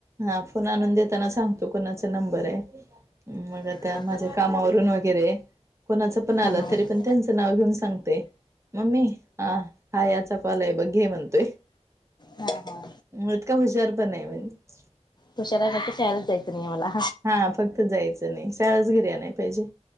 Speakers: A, on the right (about 25°); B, on the left (about 35°).
A: हा फोन आणून देताना सांगतो कोणाचा नंबर आहे मग
B: हा हा
A: माझ्या कामावरून वगैरे कोणाच पण आलं
B: ह
A: तरी पण त्यांचं नाव घेऊन सांगतेय.. मम्मी हा हा याचा कॉल आहे बघ घे म्हणतोय,
B: हा हा
A: इतका हुशार पण आहे म्हणजे.
B: तुशारलासाठी शालाच जायंच नाही मला
A: हा फक्त जायचं नाही शाळाच घरी आणायला पाहिजे.